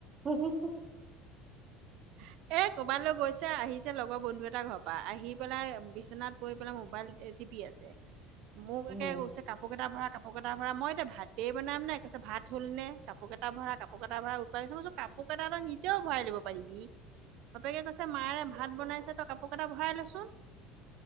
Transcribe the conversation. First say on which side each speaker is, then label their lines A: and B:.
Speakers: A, on the right (about 35°); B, on the right (about 65°).
A: উহু উহু
B: এ ক'ৰবালৈ গৈছে আহিছে লগৰ বন্ধু এটাৰ ঘৰৰ পৰা আহি পেলাই বিছনাত পৰি পেলাই মোবাইল। টিপি আছে। মোক
A: উম
B: একে কৈছে কাপোৰ কেইটা ভৰা কাপোৰ কেইটা ভৰা মই এতিয়া ভাতেই বনাম নাই কৈছে ভাত হ'ল নে কাপোৰ। কাপোৰ কেইটা ভৰা কাপোৰ কেইটা ভৰা উৎপাতহৈছে মই কাপোৰ কেইটা ত নিজও ভৰাই লব পাৰিবি। বাপেকে কৈছে মায়ৰে ভাত বনাইছে, তই কাপোৰ কেটা ভৰাই ল' চোন।